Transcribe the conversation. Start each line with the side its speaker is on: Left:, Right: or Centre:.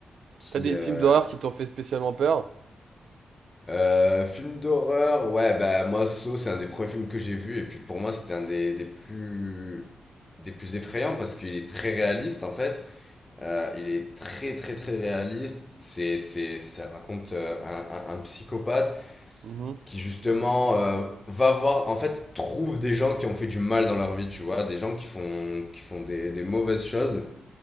Left: qui...
Right: T'as des
Left: Euh...
Right: films d'horreur qui t'ont fait spécialement peur?
Left: Euh, film d'horreur, ouais, bah moi, Saw, c'est un des premiers films que j'ai vu, et puis pour moi, c'était un des, des plus... des plus effrayants parce qu'il est très réaliste, en fait. Euh, il est très très très réaliste. C'est c'est ça raconte euh, un, un, un psychopathe
Right: Mhm.
Left: qui justement euh, va voir en fait trouve des gens qui ont fait du mal dans leur vie, tu vois, des gens qui font qui font des des mauvaises choses